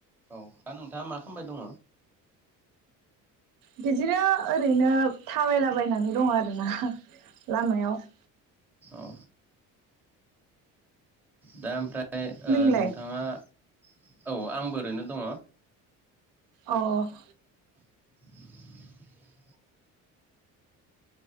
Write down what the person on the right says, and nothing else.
बिदिनो ओरैनो थाबायलाबायनानै दङ आरोना। लामायाव।
नोंलाय
अह